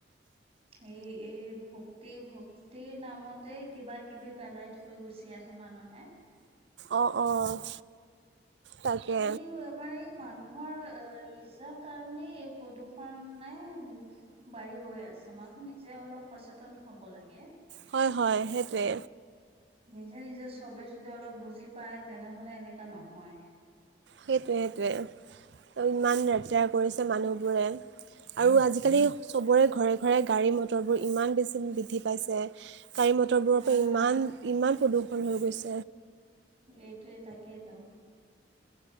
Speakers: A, on the right (about 35°); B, on the right (about 75°).
A: এই এই ভক্তি ভক্তিৰ নামতে কিবা কিবি পেলাই থৈ গুচি আহে মান মানুহে।
B: অঁ, অঁ। তাকে
A: এই আমাৰ এই মানুহৰ এ নিজা কাৰণেই প্ৰদূৰ্ষণ নাই বাঢ়ি গৈ আছে মানুহ নিজে অলপ সচেতন হ'ব লাগে।
B: হয়, হয়, সেইটোৱে।
A: নিজে নিজে চবে যদি অলপ বুজি পায় তেনেহলে এনেকা নহয়।
B: সেইটোৱে সেইটোৱে ইমান লেতোৰ কৰিছে মানুহবোৰে। আৰু আজিকালি চবৰে ঘৰে ঘৰে গাড়ী মটৰবোৰ ইমান বেছি বৃদ্ধি পাইছে। গাড়ী মতৰবোৰ
A: অহ
B: পৰা ইমান প্ৰদূষণ হৈ গৈছে।
A: এইটোৱে, তাকেইেতো।